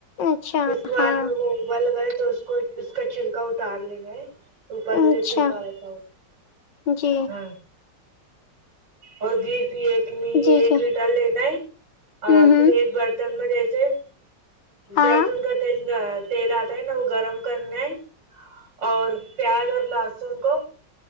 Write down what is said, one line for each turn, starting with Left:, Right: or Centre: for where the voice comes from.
Left: اچھا
Right: پھر اس کے بعد
Left: ہاں
Right: میں وہ ابل گئے تو اس کو اس کا چھلکا اتار ل گے اوپر کا
Left: اچھا
Right: جو چھلکا رہےتا وہ
Left: جی
Right: ہاں اور بیف یہ یقنی
Left: جی
Right: ایک
Left: جی
Right: لیٹر لینا ہے اور
Left: ہوں ہوں
Right: پھر ایک بر م <unintelligible> ایے
Left: ہاں
Right: زیتون کا تیل یہ تیل آتا ہے نا وہ گرم کرنے ہے اور پیاز اور لہسن کو